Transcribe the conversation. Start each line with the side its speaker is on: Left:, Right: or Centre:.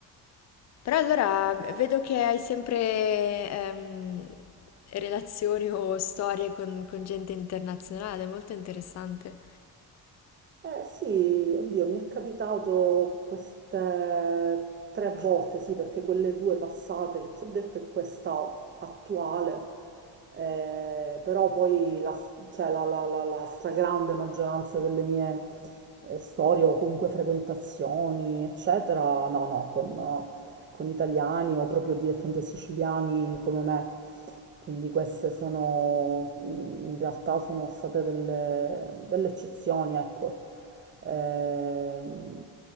Left: Però allora vedo che hai sempre ehm, relazioni o storie con, con gente internazionale, molto interessante.
Right: Eh sì, oddio, mi è capitato queste tre volte, sì, perché quelle due passate che ti ho detto e questa attuale, eh, però poi la, cioè, la- la- la- la stragrande maggioranza delle mie eh, storie o comunque frequentazioni, eccetera, no, no, con, no, con italiani o proprio direttamente siciliani come me. Quindi queste sono, in realtà sono state delle, delle eccezioni, ecco. Ehm,